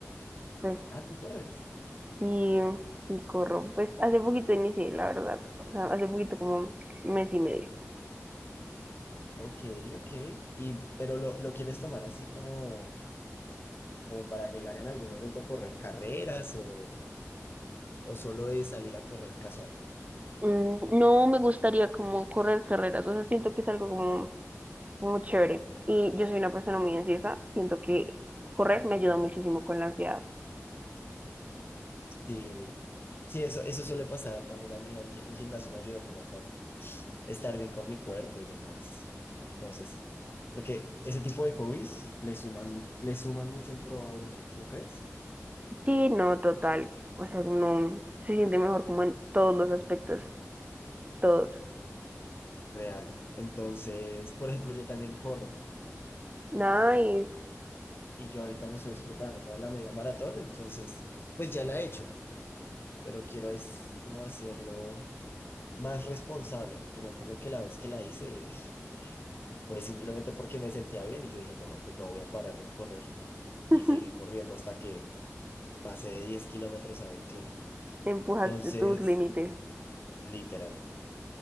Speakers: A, on the right; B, on the left.
A: pues
B: Ah, tú corres.
A: Sí, y corro. Pues hace poquito inicié, la verdad. O sea, hace poquito como mes y medio.
B: Ok, ok. Y, pero lo, lo quieres tomar así como, como para llegar en algún momento a correr carreras o, o solo de salir a correr casual.
A: Mm, no me gustaría como correr carreras. O sea, siento que es algo como, como chévere. Y yo soy una persona muy ansiosa. Siento que correr me ayuda muchísimo con la ansiedad.
B: Sí, sí, eso, eso suele pasar también a mí. El, gi- el gimnasio me ayuda como con estar bien con mi cuerpo y demás. Entonces, creo que ese tipo de hobbies le suman, le suman mucho en pro a uno, ¿no crees?
A: Sí, no, total. O sea, no se siente mejor como en todos los aspectos. Todos.
B: Real. Entonces, por ejemplo, yo también corro
A: Nice.
B: y yo ahorita me estoy preparando para la media maratón, entonces, pues ya la he hecho, pero quiero es como hacerlo más responsable, porque me acuerdo que la vez que la hice <laughs> fue simplemente porque me sentía bien y yo dije, no, pues no voy a parar de correr y
A: <laughs>
B: seguí corriendo hasta que pasé de 10 kilómetros a veintiuno
A: Empujaste
B: Entonces,
A: tus límites.
B: literal.